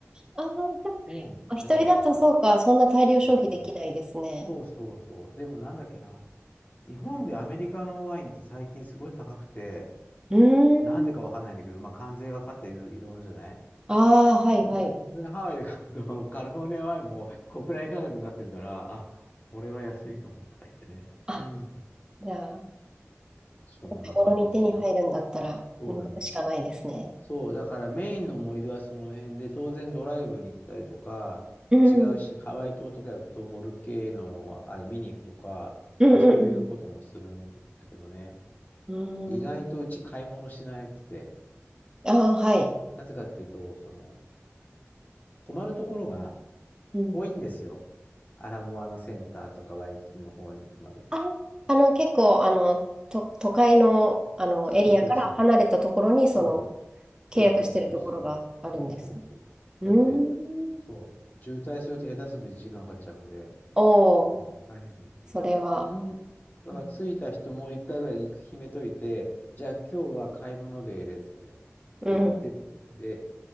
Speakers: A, on the right; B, on the left.
A: あー、
B: そうなの。
A: あ一人だとそうか、
B: でもね、美味しかった。
A: そんな大量消費できないですね。
B: そうそうそう。そうそうそう。でもなんだっけな。日本でアメリカのワインって最近すごい高くて、
A: うーん。
B: なんでかわかんないんだけど、まあ関税がかかったりいろいろじゃない
A: ああ、はいはい。
B: でさ、当然ハワイで買うと、カリフォルニアワインも国内価格になってるから、あ、これは安いかもとか言ってね。
A: あ、
B: うん。
A: じゃあ、
B: そんな感じ。
A: お手頃に手に入るんだったら、
B: そうだね。
A: うんしかないですね。
B: そう、だからメインの思い出はその辺で、当然ドライブに行ったりとか、
A: うん。
B: 違うし、
A: うん
B: ハワイ島とか行くとボルケーノのあれ見に行くとか、
A: うん
B: まあそういうこともするんだけどね。
A: うん。
B: 意外とうち買い物しなくて、
A: うーん。ああ、はい。
B: なぜかっていうと、その、泊まるところが、
A: うん。
B: 遠いんですよ。アラモアナセンターとかワイキキの方に行くまで。
A: あー、あの、結構、あの、と、都会の、あの、
B: そうそうそう。
A: エリアから離れたところに、その、
B: そう。
A: 契約してるところがあるんですね。
B: そうそうそうそう。そうそうそう。
A: うーん。
B: だって、そう。渋滞すると下手すると1時間かんかかっちゃうので、
A: おお、
B: もう大変ですが。
A: それは。
B: うん。だから着いた人もう一回ぐらい決めといて、
A: うん
B: じゃあ今日は買い物デーですって。
A: うん。
B: 行ってっつって。で、